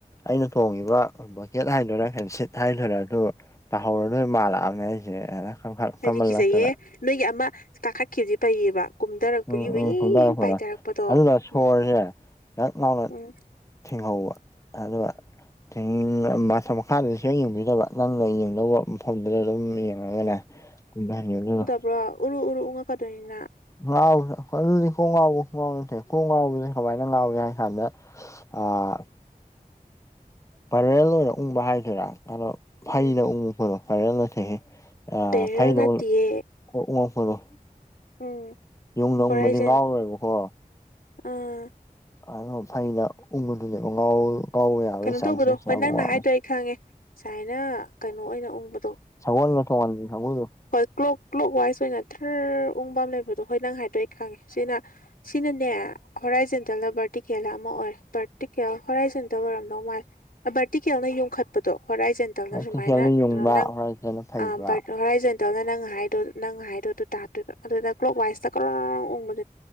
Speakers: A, on the left (about 20°); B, on the left (about 75°).
A: ꯑꯩꯅ ꯇꯣꯡꯉꯤꯕ ꯕꯛꯀꯦꯠ ꯍꯥꯏꯗꯣꯏꯔꯥ ꯍꯦꯟꯁꯤꯠ ꯍꯥꯏꯗꯣꯏꯔꯥ ꯑꯗꯨ ꯇꯥꯍꯧꯔꯗꯣꯏ ꯃꯥꯜꯂꯛꯑꯝꯃꯦ <unintelligible>
B: ꯑꯩꯗꯤ
A: ꯀꯝꯃꯜꯂꯛꯇꯅ
B: ꯀꯤꯖꯩꯌꯦ ꯅꯣꯏꯒꯤ ꯑꯃ ꯀꯥꯈꯠꯈꯤꯕꯗꯤ ꯐꯩꯌꯦꯕ ꯀꯨꯝꯗꯥꯔꯛꯄꯒꯤ
A: ꯎꯝ
B: ꯃꯥ
A: ꯎꯝ
B: ꯏꯤꯡ
A: ꯍꯨꯟꯗꯔꯣ ꯍꯨꯟꯗꯔꯣ
B: ꯄꯥꯏꯗꯥꯔꯛꯄꯗꯣ
A: ꯑꯗꯨꯒ ꯁꯣꯔꯁꯦ
B: ꯎꯝ
A: ꯅꯛ ꯂꯥꯎꯅ
B: ꯎꯝ
A: ꯊꯤꯡꯍꯧꯕ ꯑꯗꯨꯒ ꯊꯤꯡ ꯃꯊꯛ ꯃꯈꯥꯗꯗꯤ ꯁꯨꯡꯌꯦꯡ ꯌꯦꯡꯕꯤꯗꯕ ꯅꯪꯅ ꯌꯦꯡꯗꯧꯕ ꯃꯐꯝꯗꯨꯗ ꯑꯗꯨꯝ ꯌꯦꯡꯉꯒꯅꯦ ꯀꯨꯝꯗꯍꯟꯒꯅꯨ
B: ꯔꯥꯎ ꯎꯔꯨ ꯎꯔꯨ ꯎꯪꯉꯛꯀꯥꯗꯣꯏꯅꯤꯅ
A: ꯉꯥꯎ <unintelligible> ꯑꯗꯨꯗꯤ ꯀꯣꯛ ꯉꯥꯎꯕ ꯈꯨꯉꯥꯎꯗꯣ ꯅꯠꯇꯦ ꯀꯣꯛ ꯉꯥꯎꯕꯖꯦ ꯀꯃꯥꯏꯅ ꯉꯥꯎꯒꯦ ꯍꯥꯏ ꯀꯥꯟꯗ ꯑꯥ
B: <inaudible>
A: ꯄꯔꯦꯜ ꯑꯣꯏꯅ ꯎꯨꯡꯕ ꯍꯥꯏꯗꯣꯏꯔꯥ ꯑꯗꯣ ꯐꯩꯅ
B: ꯎꯝ
A: ꯎꯨꯡꯉꯛꯕꯗꯣ ꯄꯏꯔꯦꯜ ꯅꯠꯇꯦꯍꯦ ꯑꯥ
B: ꯄꯦꯔꯦꯜ
A: ꯐꯩꯩꯅ
B: ꯅꯠꯇꯤꯌꯦ
A: ꯎꯡ ꯎꯡꯉꯛꯄꯗꯣ
B: ꯎꯝ
A: ꯌꯨꯡꯅ ꯎꯨꯡꯕꯗꯤ
B: ꯍꯣꯔꯥꯏꯖꯟ
A: ꯉꯥꯎꯔꯣꯏꯕ ꯀꯣ
B: ꯑꯥ
A: <unintelligible> ꯐꯩꯅ ꯎꯨꯡꯕꯗꯨꯅꯦꯕ ꯉꯥꯎ ꯉꯥꯎꯕ ꯌꯥꯕꯒꯤ
B: ꯀꯩꯅꯣ
A: ꯆꯥꯟꯁꯦꯁ
B: ꯇꯧꯕꯗꯣ ꯍꯣꯏ
A: ꯌꯥꯝ
B: ꯅꯪꯅ
A: ꯋꯥꯡꯉꯦ
B: ꯍꯥꯏꯗꯣ ꯑꯩ ꯈꯪꯉꯦ ꯁꯥꯏꯅ ꯀꯩꯅꯣ ꯑꯣꯏꯅ ꯎꯨꯡꯕꯗꯣ
A: ꯁꯒꯣꯜꯒ ꯇꯣꯡꯍꯟꯕꯤ ꯀꯡꯒꯨꯗꯣ
B: ꯍꯣꯏ ꯀ꯭ꯂꯣꯛ ꯀ꯭ꯂꯣꯛ ꯋꯥꯏꯁ ꯑꯣꯏꯅ ꯊ꯭ꯔ ꯎꯪꯕ ꯑꯃ ꯂꯩꯕꯗꯣ ꯍꯣꯏ ꯅꯪ ꯍꯥꯏꯗꯣ ꯑꯩ ꯈꯪꯉꯦ ꯁꯤꯅ ꯁꯤꯅꯅꯦ ꯍꯣꯔꯥꯏꯖꯦꯟꯇꯦꯜꯗ ꯚ꯭ꯔꯇꯤ ꯈꯦꯜꯂ ꯑꯃ ꯑꯣꯏ ꯄ꯭ꯔꯇꯤꯀꯦꯜ ꯍꯣꯔꯥꯏꯖꯟ ꯇ‌ꯦꯜ ꯑꯣꯏꯔꯝꯗꯧ ꯃꯥꯜ ꯚ꯭ꯔꯇꯤꯀꯦꯜꯅ ꯌꯨꯡꯈꯠꯄꯗꯣ ꯍꯣꯔꯥꯏꯖꯟ ꯇꯜꯅ
A: ꯚꯔꯇꯤꯀꯦꯜꯗ
B: ꯁꯨꯃꯥꯏꯅ
A: ꯌꯨꯡꯕ
B: <unintelligible> ꯅꯪ
A: ꯍꯣꯔꯥꯏꯖꯟꯗ ꯐꯩꯕ
B: ꯑ ꯚ꯭ꯔꯠ ꯍ‌ꯣꯔꯥꯏꯖꯟ ꯇꯧꯅ ꯅꯪ ꯍꯥꯏꯗꯣ ꯅꯪ ꯍꯥꯏꯔꯣ ꯑꯗꯨ ꯇꯥꯗꯣꯏꯕ ꯑꯗꯨꯅ ꯀ꯭ꯂꯣꯛ ꯋꯥꯏꯁꯇ <unintelligible>